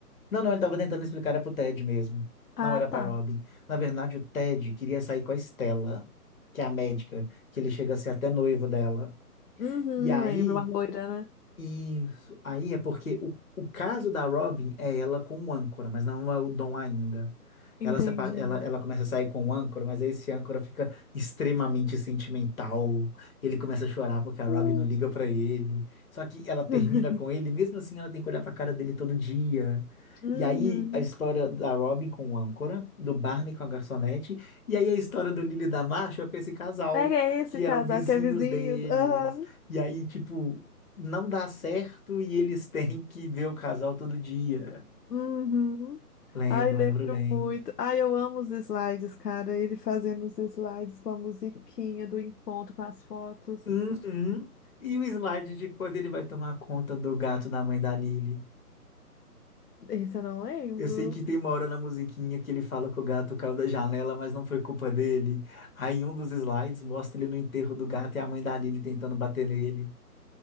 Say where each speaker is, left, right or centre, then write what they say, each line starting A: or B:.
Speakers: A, on the left; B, on the left.
A: Não, não, ele tava tentando explicar era pro Ted mesmo.
B: Ah,
A: Não era pra
B: tá.
A: Robin. Na verdade, o Ted queria sair com a Stella, que é a médica, que ele chega a ser até noivo dela.
B: Uhum,
A: E aí,
B: lembro, a loira, né?
A: isso. Aí é porque o, o caso da Robin é ela com o âncora, mas não é o Dom ainda.
B: Entendi.
A: Ela, sepa- ela, ela começa a sair com o âncora, mas aí esse âncora fica extremamente sentimental. Ele começa a chorar porque a Robin
B: Ah.
A: não liga pra ele. Só que ela termina
B: <laughs>
A: com ele, mesmo assim ela tem que olhar pra cara dele todo dia.
B: Uhum.
A: E aí a história da Robin com o âncora, do Barney com a garçonete, e aí a história do Lily e da Marshall com esse casal,
B: Era esse
A: que
B: casal
A: eram vizinhos
B: que é vizinho.
A: deles.
B: Aham.
A: E aí, tipo não dá certo e eles <laughs> têm que ver o casal todo dia.
B: Uhum.
A: Lembro,
B: Ai, lembro
A: lembro bem.
B: muito. Ai, eu amo os slides, cara. Ele fazendo os slides com a musiquinha do encontro, com as fotos.
A: Uhum. E o slide de quando ele vai tomar conta do gato da mãe da Lily.
B: Esse eu não lembro.
A: Eu sei que tem uma hora na musiquinha que ele fala que o gato caiu da janela, mas não foi culpa dele. Aí um dos slides mostra ele no enterro do gato e a mãe da Lily tentando bater nele.